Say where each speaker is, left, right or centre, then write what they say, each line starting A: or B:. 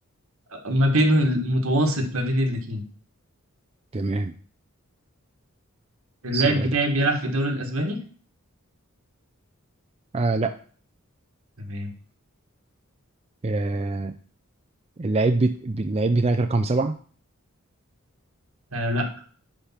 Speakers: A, on the right; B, on the right.
A: ما بين المتوسط ما بين الاتنين
B: تمام
A: اللاعب
B: سؤالك
A: بتاعي بيلعب في الدوري الأسباني
B: آه لا
A: تمام
B: آه اللعيب بت... اللعيب بتاعك رقم سبعة
A: آه لا